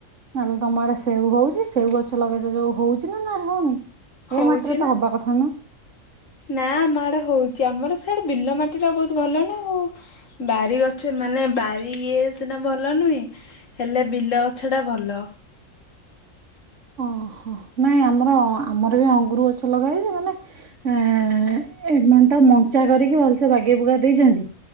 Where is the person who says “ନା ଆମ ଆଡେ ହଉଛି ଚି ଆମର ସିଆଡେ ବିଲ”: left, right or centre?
Left